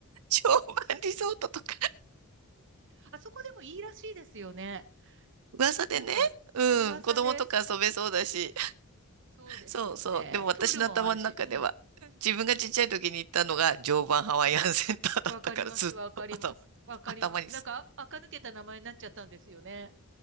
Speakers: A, on the right; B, on the right.
A: 常磐リゾートとか、
B: あそこでもいいらしいですよね。
A: 噂でね、
B: なんか、
A: うん、
B: 噂ですごく、
A: 子供とか遊べそうだし、
B: そうですよね。
A: そうそう。でも私の頭の中では、
B: プールもあるし。うん。
A: 自分がちっちゃい時に行ったのが常磐ハワイアンセンターだったからずっと頭、
B: わかります、わかります。わかります。
A: 頭にす。
B: なんか、垢抜けた名前になっちゃったんですよね。